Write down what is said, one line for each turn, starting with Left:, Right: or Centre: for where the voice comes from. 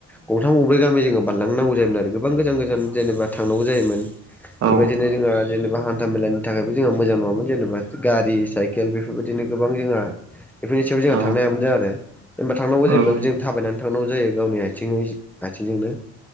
Centre: गंथाम गंब्रै गामि जोङो बारलांनांगौ जायोमोन आरो गोबां गोजान गोजान जेनेबा थांनांगौ जायोमोन।
Right: औ
Centre: बेबायदिनो जोङो जेनेबा हान था मेलानि थाखायबो जोंहा मोजां नङामोन जेनेबा गारि साइकेल बेफोरबायदिनो गोबां जोंहा बेफोरनि सायाव जोंहा थांनो
Right: औ
Centre: हायामोन जों आरो होनबा थांगौ
Right: औ
Centre: जायोब्लाबो
Right: औ
Centre: जों थाबायनानै थांगौ जायो गावनि आइथिंयै आइथिंजोंनो